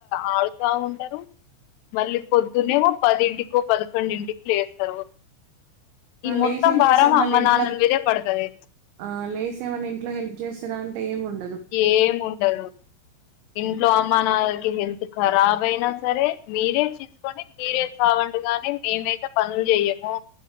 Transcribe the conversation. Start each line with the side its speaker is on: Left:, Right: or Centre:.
Left: ఆడు బాగుంటారు మళ్ళీ పొద్దునే ఏమో పదింటికి కు పదకొండింటికి లేస్తారు ఈ మొత్తం
Right: లేసి ఏం
Left: భారం
Right: చేస్తారు మళ్ళీ
Left: అమ్మ
Right: ఇంట్లా
Left: నాన్న మీదే పడుతది
Right: ఆ లేసి ఏమన్న ఇంట్లో హెల్ప్ చేస్తార అంటే ఏంముండ
Left: ఏం ఉండదు ఇంట్లో అమ్మా నాన్నకి హెల్త్ ఖరాబ్ అయినా సరే మీరే చేసుకొని మీరే చావండి గాని మేమైతే పనులు చెయ్యము